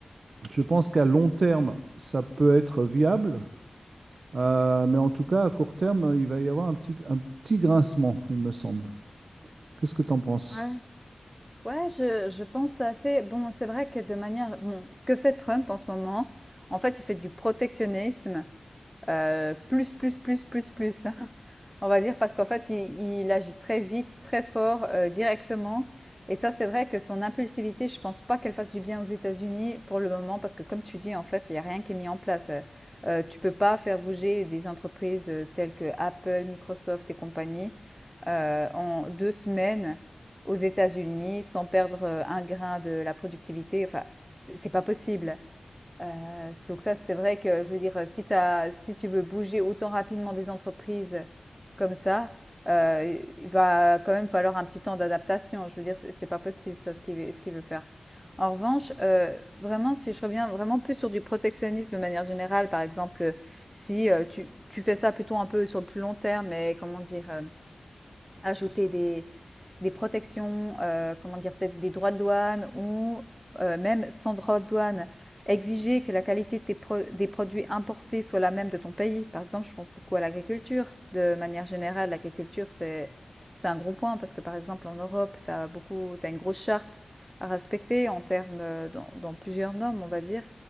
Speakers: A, on the right (about 85°); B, in the centre.
A: Je pense qu'à long terme, ça peut être viable, Euh, mais en tout cas, à court terme, il va y avoir un petit, un petit grincement, il me semble. Qu'est-ce que tu en penses?
B: ouais. Ouais, je je pense assez bon, c'est vrai que de manière bon, ce que fait Trump en ce moment, en fait, il fait du protectionnisme Euh, plus, plus, plus, plus, plus. <laughs> On va dire parce qu'en fait, il, il agit très vite, très fort, euh, directement. Et ça, c'est vrai que son impulsivité, je pense pas qu'elle fasse du bien aux États-Unis pour le moment, parce que comme tu dis, en fait, il y a rien qui est mis en place. Euh, euh, tu peux pas faire bouger des entreprises euh, telles que Apple, Microsoft et compagnie euh, en deux semaines aux États-Unis sans perdre euh, un grain de la productivité. Enfin, c'est c'est pas possible. Heu, donc ça, c'est vrai que je veux dire, euh, si tu si tu veux bouger autant rapidement des entreprises comme ça, heu, i il va quand même falloir un petit temps d'adaptation. Je veux dire, c'est c'est pas possible ça, ce qu'il veut ce qu'il veut faire. En revanche, heu, vraiment, si je reviens vraiment plus sur du protectionnisme de manière générale, par exemple, si, heu, tu tu fais ça plutôt un peu sur le plus long terme, mais comment dire? Hem, ajouter des des protections, heu, comment dire? Peut-être des droits de douane ou, heu, même sans droits de douane, exiger que la qualité de tes pro des produits importés soit la même de ton pays. Par exemple, je pense beaucoup à l'agriculture. De manière générale, l'agriculture, c'est c'est un gros point parce que, par exemple, en Europe, tu as beaucoup tu une grosse charte à respecter en termes, heu, dans dans plusieurs normes, on va dire